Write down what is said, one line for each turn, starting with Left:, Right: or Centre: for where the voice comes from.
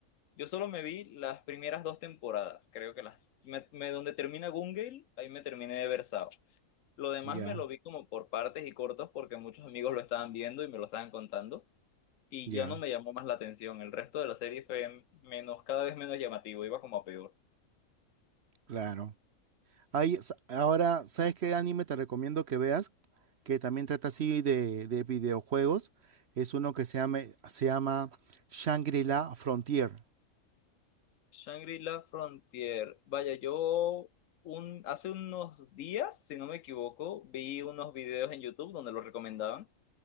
Left: yo solo me vi las primeras dos temporadas. Creo que las, me, me- donde termina Gungale, ahí me terminé de ver Sao. Lo demás
Right: Ya,
Left: me lo vi como por partes y cortos porque muchos amigos lo estaban viendo y me lo estaban contando. y
Right: ya,
Left: ya no me llamó más la atención. El resto de la serie fue menos, cada vez menos llamativo, iba como a peor.
Right: claro. Hay, s- ahora, ¿sabes qué anime te recomiendo que veas? Que también trata así de, de videojuegos. Es uno que se llama, se llama Shangri-La Frontier.
Left: Shangri-La Frontier. Vaya, yo un, hace unos días, si no me equivoco, vi unos videos en YouTube donde lo recomendaban,